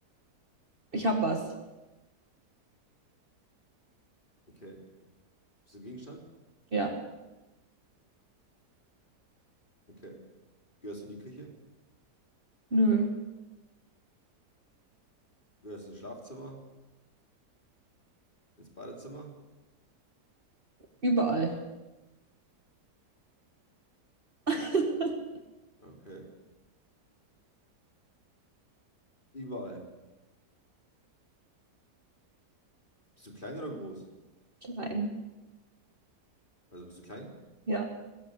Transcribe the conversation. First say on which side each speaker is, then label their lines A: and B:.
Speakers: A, on the right (about 30°); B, on the left (about 30°).
A: Ich hab was.
B: Okay. Bist du ein Gegenstand?
A: Ja.
B: Okay. Gehörst du in die Küche?
A: Nö.
B: Gehörst du ins Schlafzimmer? Ins Badezimmer?
A: Überall. <laughs>
B: Okay. Überall. Bist du klein oder groß?
A: Klein.
B: Also bist du klein?
A: Ja.